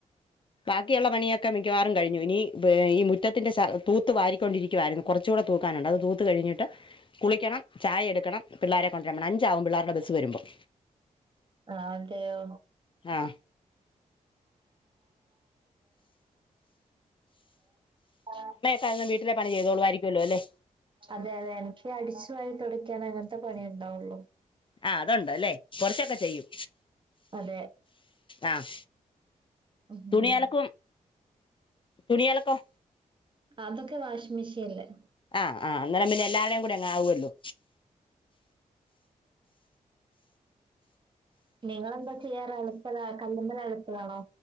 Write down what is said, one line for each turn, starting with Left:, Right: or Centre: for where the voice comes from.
Left: ബാക്കിയുള്ള പണിയൊക്കെ മിക്കവാറും കഴിഞ്ഞു. ഇനി ത് ഈ മുറ്റത്തിന്റെ സ തൂത്ത് വാരിക്കൊണ്ടിരിക്കുവായിര്ന്ന്. കുറച്ചൂടെ തൂക്കാനുണ്ട്. അത് തൂത്ത് കഴിഞ്ഞിട്ട് കുളിക്കണം. ചായ എട്ക്കണം. പിള്ളാരെ... കൊണ്ടരാം പോണം. അഞ്ചാവും പിള്ളാര്ടെ ബസ് വരുമ്പം
Right: ആഹ് അതെ യൊ
Left: ആഹ്
Right: ആ
Left: കാരണം വീട്ടിലെ പണി ചെയ്തോളു വായിരിക്കുവല്ലൊ അല്ലെ.
Right: അതെ അതെ. എൻക്ക് അടിച്ചു വാരി തൊടക്കാന അങ്ങൻത്തെ പണിയുണ്ടാവൊള്ളു.
Left: ആഹ് അതൊണ്ട് ല്ലെ. കൊർച്ചൊക്കെ ചെയ്യും.
Right: അതെ
Left: ആഹ്.
Right: ഉം
Left: തുണിയലക്കും. തുണിയലക്കും
Right: അതൊക്കെ വാഷിങ് മെഷീൻല്.
Left: ആഹ് ആഹ്. അന്നേരം പിന്നെ എല്ലാര്‌ടേയും കൂടെ അങ്ങ് ആവൊ ല്ലൊ.
Right: നിങ്ങളെ അവ്‌ടൊക്കെയ്യാറ് അളുപ്പ ലാ കല്ല്മ്മെല് അള്പ്പലാണൊ?